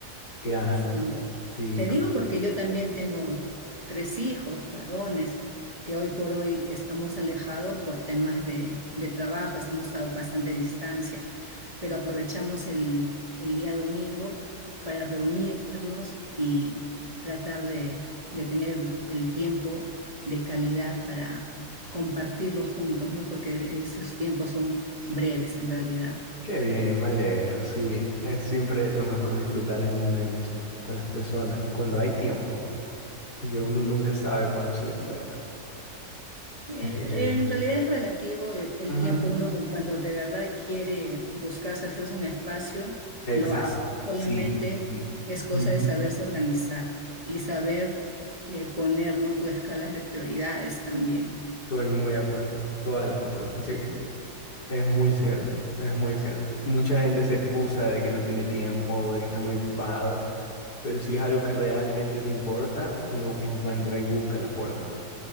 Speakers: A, on the left; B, on the right.
A: claro,
B: sí.
A: sí.
B: Te digo porque yo también tengo tres hijos varones que hoy por hoy estamos alejados por temas de, de trabajo, estamos a bastante distancia, pero aprovechamos el, el día domingo para reunirnos y tratar de, de tener el tiempo de calidad para compartirlo juntos, ¿no? Porque esos tiempos son breves en realidad.
A: Qué bien, me alegro, sí. Es siempre lo mejor disfrutar el momento con las personas, cuando hay tiempo, porque uno nunca sabe cuándo se le pueda.
B: Eh,
A: Este,
B: en realidad es relativo el el
A: ujú,
B: tiempo. Uno cuando de verdad quiere buscarse hacerse un espacio,
A: Exacto,
B: lo hace. Solamente
A: sí, sí.
B: es cosa
A: ujú,
B: de saberse organizar y saber eh, poner, ¿no? tus escalas de prioridades también.
A: Estoy muy de acuerdo, toda la razón, sí. Es muy cierto, es muy cierto. Mucha gente se
B: Y
A: excusa de que no tiene tiempo, de que está muy ocupado, pero si es algo que realmente te importa, uno encuentra y busca la forma,